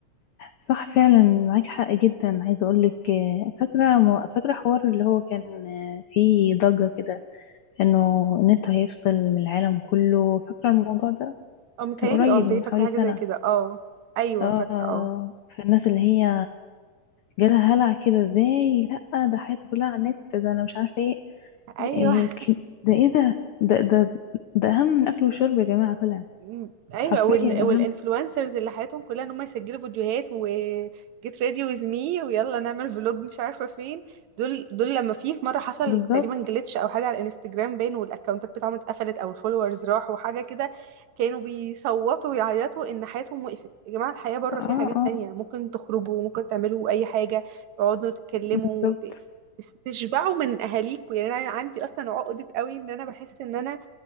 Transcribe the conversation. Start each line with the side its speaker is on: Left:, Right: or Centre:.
Left: صح فعلا معاك حق جدا عايزه اقول لك فاكره مو- فاكره حوار اللي هو كان آه، فيه ضجه كده انه النت هيفصل من العالم كله فاكره الموضوع ده
Right: اه متهيألي
Left: كان قريب
Right: اه متهيألي
Left: من
Right: فاكرة
Left: حوالي
Right: حاجة
Left: سنه
Right: زي كده اه ايوه
Left: اه
Right: فاكرة اه
Left: فالناس اللي هي جالها هلع كده ازاي لا ده حياتي كلها على النت ده انا مش عارفه ايه
Right: ايوه
Left: إيه ك- ده ايه ده ده ده ده اهم من الاكل والشرب يا جماعه طلع
Right: مم. ايوه
Left: حرفيا
Right: وال... والانفلونسرز
Left: اهم
Right: اللي حياتهم كلها ان هم يسجلوا فيديوهات و get ready with me ويلا نعمل فلوج مش عارفه فين دول دول لما في في مره حصل
Left: بالظبط
Right: تقريبا جلitch او حاجه على الانستجرام باين والاكونتات بتاعهم اتقفلت او الفولورز راحوا حاجه كده كانوا بيصوتوا ويعيطوا ان حياتهم وقفت يا جماعه الحياه بره
Left: اه
Right: في حاجات
Left: اه
Right: تانية ممكن تخرجوا ممكن تعملوا اي حاجه تقعدوا تتكلموا
Left: بالظبط
Right: وت- تشبعوا من اهاليكوا يعني انا عندي اصلا عقده قوي ان انا بحس ان انا